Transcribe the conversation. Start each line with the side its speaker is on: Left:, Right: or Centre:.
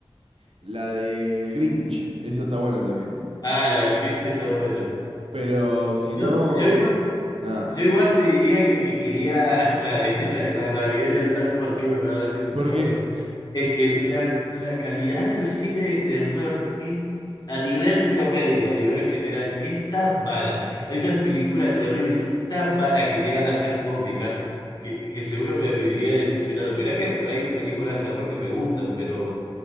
Right: La del Grinch, esa está buena también.
Left: Ah, la del Grinch está buena.
Right: Pero si
Left: Yo,
Right: no,
Left: yo igual,
Right: nada.
Left: yo igual te diría que elegiría <laughs> la de la, de la navideña, ¿sabes por qué? Me va a decir,
Right: ¿Por
Left: no,
Right: qué?
Left: pero es que la, la calidad del cine de terror es, a nivel promedio, a nivel general, es tan mala. Hay unas películas de terror y son tan malas que llegan a ser cómicas que, que seguro me viviría decepcionado. Mirá que hay películas de terror que me gustan, pero